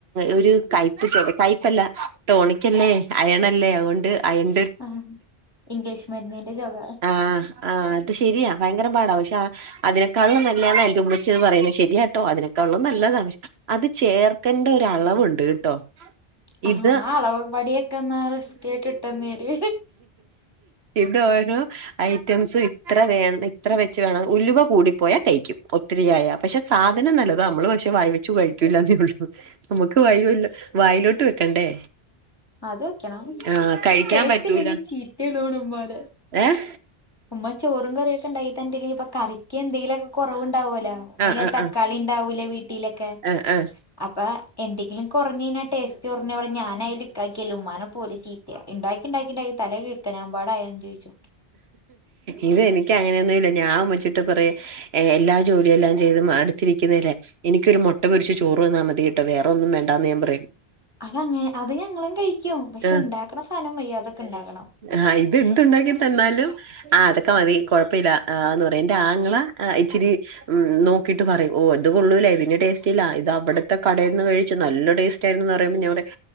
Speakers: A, on the right; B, on the left.
A: ഒരു കയ്പ്പ് കയ് പ്പല്ല ടോണിക്കല്ലേ അയണല്ലേ അതൊണ്ട് അയൺ
B: ആഹ് ഇംഗ്ലീഷ് മരുന്നിന്റെ ചൊക
A: ആഹ് ആഹ് അത് ശരിയാ ഭയങ്കര പാടാ പക്ഷെ അതിനെക്കാളും നല്ലതെന്നെ എന്റെ ഉമ്മച്ചി പറയുന്നത് ശരിയാട്ടോ അതിനെ കള്ളു നല്ലതാ അത് ചേർക്കണ്ട ഒരളവുണ്ട് കേട്ടോ
B: ആ
A: ഇത്
B: ആ അളവ് പടിയൊക്കെ എന്നാ റെസ്കി ആയിട്ട് ഇട്ടന്നേര്
A: ഇത് ഓരോ ഐറ്റംസ് ഇത്ര വേണം ഇത്ര വെച്ച് വേണം ഉലുവ കൂടിപ്പോയാൽ കഴിക്കും പൊ ഒത്തിരിയായ പക്ഷെ സാധനം നല്ലതാ നമ്മള് പക്ഷെ വായി വെച്ചു കഴിക്കൂല്ല എന്നേ ഉള്ളൂ നമ്മുക്ക് വയ്യൊലോ വായിലോട്ട് വെക്കണ്ടേ
B: അത് വെക്കണം
A: ആഹ് കഴിക്കാൻ
B: ടേസ്റ്റ്
A: പറ്റൂല
B: ഇല്ലെങ്കിൽ ചീറ്റലോ ടും ഉമ്മാനെ
A: ഏഹ്
B: ഉമ്മ ചോറും കറിയൊക്കെണ്ടായി തന്റെ ലിപ്പൊ കറക്ക് എന്തേലുമൊക്കെ കുറവുണ്ടാവോലോ ഒന്നിലെ
A: ആഹ് ആഹ്
B: തക്കാളിണ്ടാവൂല
A: ആഹ്
B: വീട്ടിലൊക്കെ
A: ആഹ് ആഹ്
B: അപ്പൊ എന്തെങ്കിലും കുറഞ്ഞ്കഞ്ഞാ ടേസ്റ്റ് കുറഞ്ഞടെ ഞാൻ അയില് ഇണ്ടാക്കിയല് ഉമ്മാനെ പോല് ചീത്തയ ഇണ്ടാക്കി ഇണ്ടാക്കി ഇണ്ടാക്കി തലക്കിത്തനമ്പാടായാന്ന് ചോദിച്ചു
A: ഇത് എനിക്ക അങ്ങനെയൊന്നുംല്ല ഞാൻ ഉമ്മച്ചിട്ട് പറയ് എല്ലാ ജോലിയെല്ലാം ചെയ്ത് അടുത്തിരിക്കുന്നല്ലേ എനിക്കൊരുമൊ മുട്ട പൊരിച്ച് ചോറ്ന്നാൽ മതിട്ടോ, വേറെന്നും വേണ്ട എന്ന് ഞാൻപറയും
B: അതങ്ങെ അത് ഞങ്ങളും കഴിക്കും. പക്ഷെ
A: ആഹ്
B: ഉണ്ടാക്കണ സാധനം മര്യാദയ്ക്ക് ഉണ്ടാക്കണം.
A: ആഹ് ഇത്എന്ത് ഉണ്ടാക്കി തന്നാലും ആ അതൊക്കെ മതി കൊഴപ്പില്ല ആന്ന് പറയും എന്റെ ആങ്ങള ഇച്ചിരി ഉും നോകു ക്കിട്ട്പറയും ഓ അത്കൊള്ളൂല ഇതിന്റെ ടേസ്റ്റ്ഇല്ല. ഇത് അവിടുത്തെ കടയിന്ന്കഴിച്ചുനല്ല ടേസ്റ്റ്ആയി എന്ന് പറയുമ്പോൾ ഞാൻ പറയും.